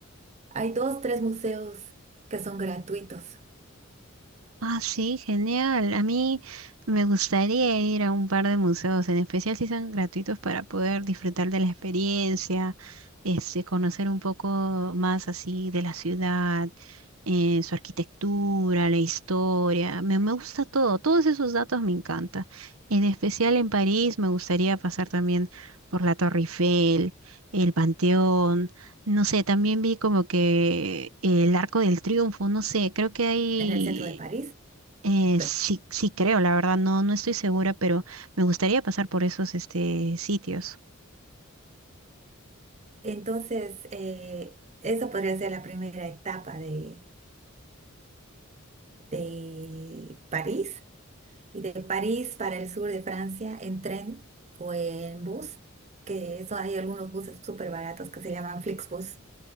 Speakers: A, on the right (about 35°); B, on the right (about 85°).
A: Hay dos, tres museos que son gratuitos
B: Ah, sí, genial. A mí me gustaría ir a un par de museos, en especial si son gratuitos para poder disfrutar de la experiencia, este, conocer un poco más así de la ciudad, eh, su arquitectura, la historia. Me, me gusta todo, todos esos datos me encanta. En especial en París me gustaría pasar también por la Torre Eiffel, el Panteón. No sé, también vi como que el Arco del Triunfo, no sé, creo que hay
A: en el centro de París.
B: eh,
A: Pe-
B: sí, sí creo, la verdad, no, no estoy segura, pero me gustaría pasar por esos este, sitios.
A: Entonces, eh, esa podría ser la primera etapa de, de París. Y de París para el sur de Francia en tren o en bus, que eso hay algunos buses súper baratos que se llaman Flixbus.